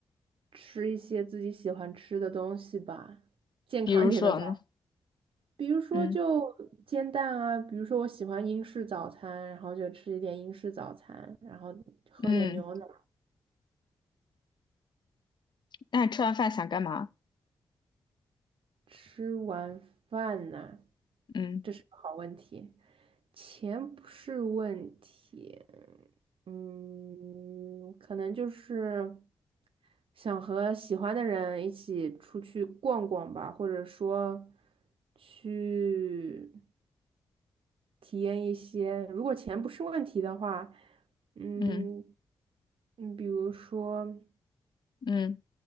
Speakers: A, on the right (about 60°); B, on the left (about 45°).
A: 吃一些自己喜欢吃的东西吧，健康一点的早。
B: 比如说呢，
A: 比如说就煎蛋啊，
B: 嗯
A: 比如说我喜欢英式早餐，然后就吃一点英式早餐，然后喝点牛奶。
B: 嗯，那吃完饭想干嘛？
A: 吃完饭呢，
B: 嗯
A: 这是个好问题，钱不是问题，嗯，可能就是想和喜欢的人一起出去逛逛吧，或者说去。体验一些，如果钱不是问题的话，嗯，
B: 嗯
A: 嗯，比如说
B: 嗯，